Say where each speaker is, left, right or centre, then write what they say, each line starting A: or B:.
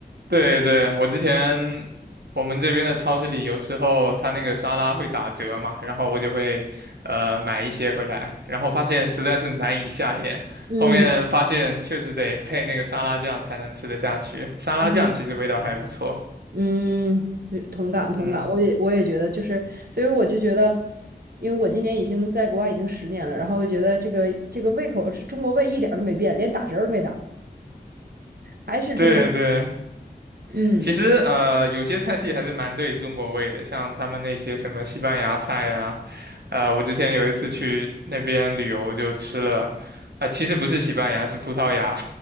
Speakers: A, on the right; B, on the right.
A: 对对，我之前我们这边的超市里有时候它那个沙拉会打折嘛，然后我就会呃买一些回来，然后发现实在是难以下咽，
B: 嗯
A: 后面发现确实得配那个沙拉酱才能吃得下去，沙拉酱其实味道还不错。
B: 嗯嗯，对同感同感，
A: 嗯，
B: 我也我也觉得就是，所以我就觉得，因为我今年已经在国外已经十年了，然后我觉得这个这个胃口是中国胃一点儿都没变，连打折儿都没打，还是中国，
A: 对对，
B: 嗯。
A: 其实呃，有些菜系还是蛮对中国味的，像他们那些什么西班牙菜啊，呃，我之前有一次去那边旅游就吃了，啊、其实不是西班牙，是葡萄牙，